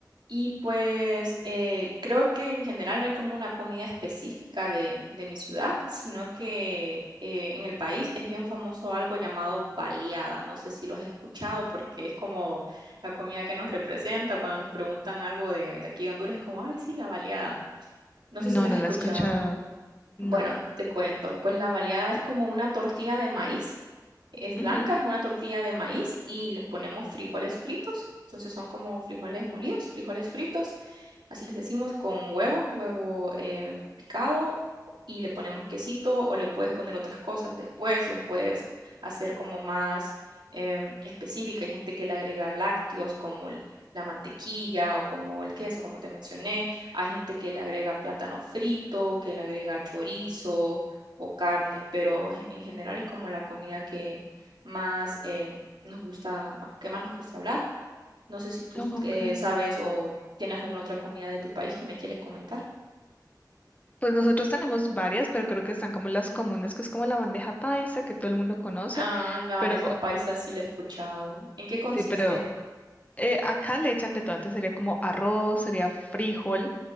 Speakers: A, on the right; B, on the left.
A: Y pues eh, creo que en general no hay como una comida específica de, de mi ciudad, sino que eh, en el país es bien famoso algo llamado baleada. No sé si lo has escuchado porque es como la comida que nos representa. Cuando nos preguntan algo de, de aquí de Honduras es como, ay, sí, la baleada. No
B: No,
A: sé si la has
B: no
A: escuchado.
B: la he escuchado.
A: Bueno,
B: No.
A: te cuento, pues la baleada es como una tortilla de maíz, es blanca,
B: Ujú.
A: es una tortilla de maíz y les ponemos frijoles fritos, entonces son como frijoles molidos, frijoles fritos, así les decimos con huevo, huevo eh, picado y le ponemos quesito o le puedes poner otras cosas después, las puedes hacer como más em, específica, hay gente que le agrega lácteos como el- la mantequilla o como el queso, como te mencioné hay gente que le agrega plátano frito, que le agrega chorizo o carne, pero ge- en general es como la comida que más eh, nos gusta, ma- que más nos gusta hablar. No sé si tú
B: Ok.
A: eh, sabes o tienes alguna otra comida de tu país que me quieres comentar.
B: Pues nosotros tenemos varias, pero creo que están como las comunes, que es como la bandeja paisa, que todo el mundo conoce,
A: Ah, la bandeja
B: pero
A: paisa sí la he escuchado. ¿En qué consiste?
B: sí, pero eh, acá le echan de todo, entonces sería como arroz, sería frijol,